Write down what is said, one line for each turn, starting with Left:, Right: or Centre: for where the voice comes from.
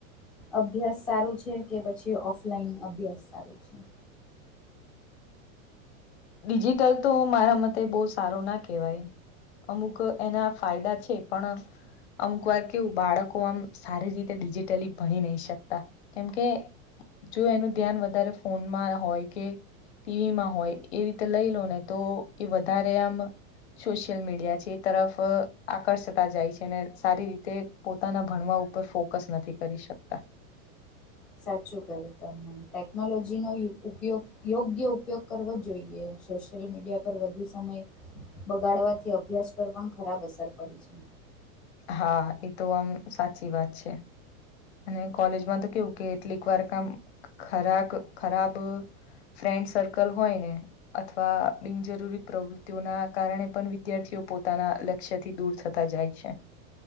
Centre: અભ્યાસ સારું છે. કે પછી ઓફલાઈન અભ્યાસ સારું છે.
Left: ડિજિટલ તો મારા મતે બહુ સારું ના કહેવાય અમુક એના ફાયદા છે. પણ અમુક વાર કેવું બાળકો આમ સારી રીતે ડિજિટલી ભણી નહી. શકતા કેમકે જો એનું ધ્યાન વધારે ફોનમાં હોય કે ટીવીમાં હોય એ રીતે લઈ લો ને તો એ વધારે આમ સોશિયલ મીડિયા છે એ તરફ આકર્ષતા જાય છે. અને સારી રીતે પોતાના ભણવા ઉપર ફોકસ નથી કરી શકતા
Centre: સાચું કરું તમને ટેકનોલોજી નો ઉપયોગ યોગ્ય ઉપયોગ કરવો જોઈએ સો સોશિયલ મીડિયા પર વધુ સમય બગાડવાથી અભ્યાસ પર પણ ખરાબ અસર પડી છે.
Left: હા એ તો આમ સાચી વાત છે. અને કોલેજમાં તો કેવું કે કેટલીક વાર કામ ખરાબ ખરાબ ફ્રેન્ડ સર્કલ હોય ને અથવા બિનજરૂરી પ્રવૃત્તિઓના કારણે પણ વિદ્યાર્થીઓ પોતાના લ લ થી દૂર થતા જાય છે.